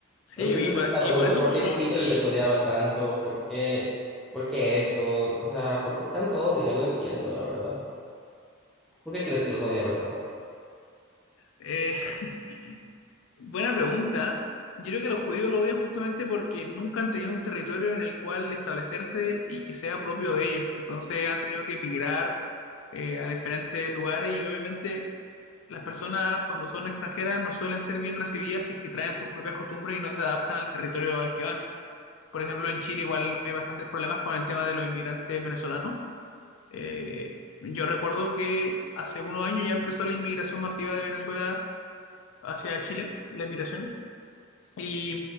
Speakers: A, on the left; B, in the centre.
A: sí,
B: O sea, esa
A: y
B: esa
A: por,
B: es la
A: y
B: pregunta,
A: por eso
B: ¿por
A: tuvieron.
B: qué Hitler les odiaba tanto? ¿Por qué, por qué esto? O sea, ¿por qué tanto odio? No entiendo, la verdad. ¿Por qué crees que los odiaba tanto?
A: eh, <laughs> buena pregunta. Yo creo que los judíos lo odian justamente porque nunca han tenido un territorio en el cual establecerse y que sea propio de ellos. Entonces han tenido que emigrar eh, a diferentes lugares y obviamente las personas cuando son extranjeras no suelen ser bien recibidas si es que traen sus propias costumbres y no se adaptan al territorio al que van. Por ejemplo, en Chile igual hay bastantes problemas con el tema de los inmigrantes venezolanos. Eh, yo recuerdo que hace unos años ya empezó la inmigración masiva de Venezuela hacia Chile, la inmigración. Y,